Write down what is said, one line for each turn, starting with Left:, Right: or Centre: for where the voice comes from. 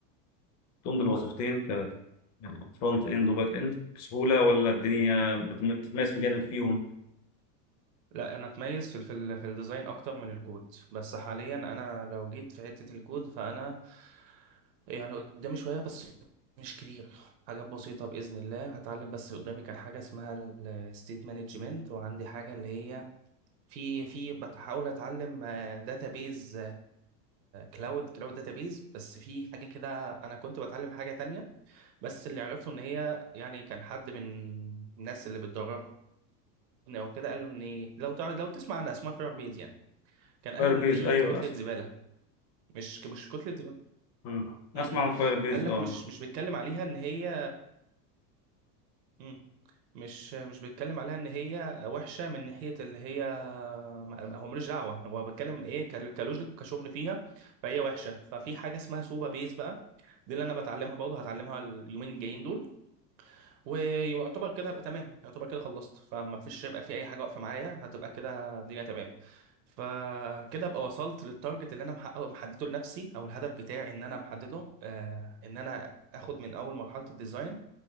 Left: تقوم بالوظيفتين كفرونت اند وباك اند بسهوله ولا الدنيا بتم- بتتميز في جانب فيهم
Right: لا انا اتميز في ال- في ال- في الديزاين اكتر من الكود بس حاليا انا لو جيت في حتة الكود فانا يعني قدامي شوية بس مش كتير حاجات بسيطة بإذن الله هتعلم بس قدامي كان حاجة اسمها الستيت مانجمنت وعندي حاجة اللي هي في في بحاول اتعلم داتابيز كلاود كلاود داتابيز بس في حاجه كده انا كنت بتعلم حاجه تانية بس اللي عرفته ان هي يعني كان حد من الناس اللي بتدربني او كده قالوا ان لو تعرف لو تسمع عن اسمها بيز يعني كان قال
Left: فاير
Right: ان
Left: بيز
Right: ديت
Left: ايوه
Right: كتله
Left: أس...
Right: زباله مش مش كتله زباله
Left: مم.
Right: م
Left: اسمع
Right: -م.
Left: عن فاير بيز
Right: قال لك
Left: اه
Right: مش مش بيتكلم عليها ان هي مم. مش مش بيتكلم عليها ان هي وحشه من ناحيه اللي هي ما- هو ملوش دعوه هو بيتكلم ايه ك- كلوجيك وكشغل فيها فهي وحشه ففي حاجه اسمها سوبا بيز بقى دي اللي انا بتعلمها برضه هتعلمها اليومين الجايين دول ويعتبر كده هبقى تمام يعتبر كده خلصت فما فيش هيبقى في اي حاجه واقفه معايا هتبقى كده الدنيا تمام فكده ابقى وصلت للتارجت اللي انا محققه محدده لنفسي او الهدف بتاعي ان انا محدده آه ان انا اخد من اول مرحله الديزاين